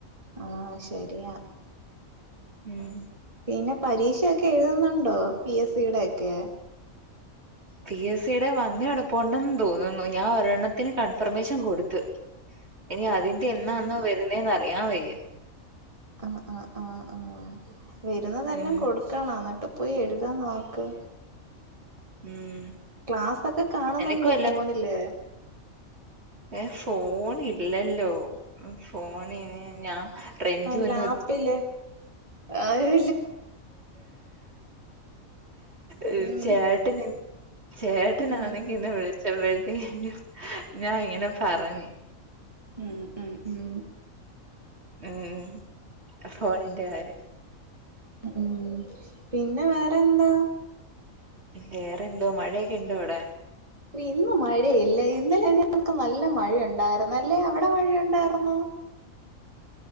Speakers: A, on the right (about 25°); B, on the right (about 50°).
A: ആഹ് ശരിയാ
B: ഉം
A: പിന്നെ പരീക്ഷയൊക്കെ എഴുതുന്നുണ്ടോ പി എസ് സിയുടെ ഒക്കെ
B: പി എസ് സിടെ വന്ന് കിടപ്പുണ്ടെന്ന് തോന്നുന്നു ഞാൻ ഒരെണ്ണത്തിന് കൺഫർമേഷൻ കൊടുത്ത്
A: <inaudible>
B: ഇനി അതിന്റെ എന്നാണോ വരുന്നേന്ന് അറിയാൻ വയ്യ.
A: ആഹ് ആഹ് ആഹ് ആഹ് വരുന്നതെല്ലാം
B: ഉം
A: കൊടു ക്കണം എന്നിട്ട് പോയി എഴുതാൻ നോക്ക്.
B: ഉം
A: ക്ലാസ്സൊക്കെ കാണുന്നുണ്ടോ
B: നിനക്കും
A: ഫോണില്.
B: ഏഹ് ഫോൺ ഇല്ലല്ലോ ഫോണിന് ഞാൻ റെഞ്ചു
A: ആഹ്
B: ഇന്ന്
A: ലാപ്പില് അയ്
B: ഏഹ്
A: ഉം
B: ചേട്ടന് ഇ ചേട്ടനാന്നങ്കി
A: ഉം
B: ഇന്ന് വിളിച്ചപ്പഴത്തേ നും ഞാൻ ഇങ്ങനെ പറഞ്ഞ്
A: ഉം ഉം ഉം
B: ഉം ഫോണിന്റെ കാര്യം.
A: ഉം പിന്നെ വേറെന്താ.
B: വേറെ എന്തോ മഴേക്ക ണ്ടോ അവിടെ.
A: ഇന്ന് മഴയില്ല ഇന്നലെ ഞൾക്ക് നല്ല മഴയുണ്ടായിരുന്നു അല്ലേ അവിടെ മഴയുണ്ടായിരുന്നോ.